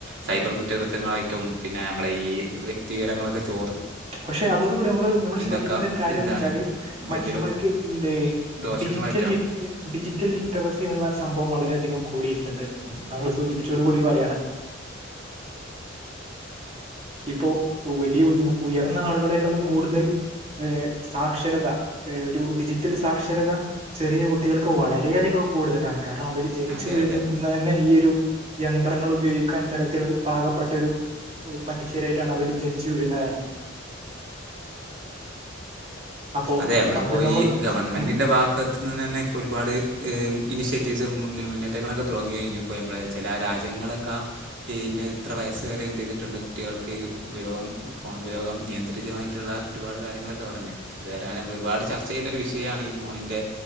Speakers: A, on the right; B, on the right.
A: സൈബർ കുറ്റകൃത്യങ്ങളായി മറ്റും പിന്നെ നമ്മളെ ഈ വ്യക്തിവി രങ്ങളൊക്കെ ചോ
B: പക്ഷെ അതോട് കൂടി നമ്മള് നമ്മൾ ശ്രദ്ധിക്കേണ്ട
A: ഒക്കെ
B: ഒരു കാര്യംന്ന്
A: എന്താണ്
B: വെച്ചാല്
A: ഇതിൻ്റെ
B: മനുഷ്യന്മാർക്ക്
A: ഒരു
B: ഇണ്ട് ഇ
A: ദോഷങ്ങളായിട്ടാണ്
B: ഡിജിറ്റൽ ലി ഡിജിറ്റൽ ലിറ്ററസി എന്നുള്ള സംഭവം വളരെയധികം കൂടിയിട്ടുണ്ട് താങ്കൾ സൂചിപ്പിച്ചോട് കൂടി പറയണ് ഇപ്പോ വലിയഉ ഉയർന്ന ആളുകളെക്കാളും കൂടുതൽ ഏ സാക്ഷരത ഏ ഒരു ഡിജിറ്റൽ സാക്ഷരത ചെറിയ കുട്ടികൾക്ക് വളരെയധികം കൂടുതലാണ് കാരണം അവര് ജനിച്ചു
A: അതെ
B: വീഴുന്നാത്തന്നെ
A: അതെ
B: ഈ ഒരു യന്ത്രങ്ങൾ ഉപയോഗിക്കാൻ തരത്തിൽ പാകപ്പെട്ടരു മനുഷ്യരായിട്ടാണ് അവര് ജനിച്ചു വീഴാന്നെ അപ്പോ
A: അതെ അമ്മളിപ്പോ
B: പണ്ട് നമ്മൾ
A: ഈ ഗവൺമെന്റിന്റെ
B: ഉം
A: ഭാഗത്ത്നിന്ന് തന്നെ ഇപ്പൊ ഒരുപാട് ഇനിഷ ഇത് മുന്നേ മുന്നേറ്റങ്ങളൊക്കെ തുടങ്ങി കഴിഞ്ഞുപ്പോൾ നമ്മളേ ചില രാജ്യങ്ങളൊക്കെ ഈ ഇന്നെഇത്ര വയസ്സ് വരെ എന്ത് ചെയ്തിട്ടുണ്ട് കുട്ടികൾക്ക്ഈ ഉപയോഗം ഫോൺ ഉപയോഗം നിയന്ത്രിതമായിട്ടുള്ള ഒരുപാട് കാര്യങ്ങളൊക്കെ പറഞ്ഞു. ഇതാരാ നമ്മൾ ഒരുപാട് ചർച്ച ചെയ്യണ്ട ഒരു വിഷയമാണ്ഈ ഫോണിൻ്റെ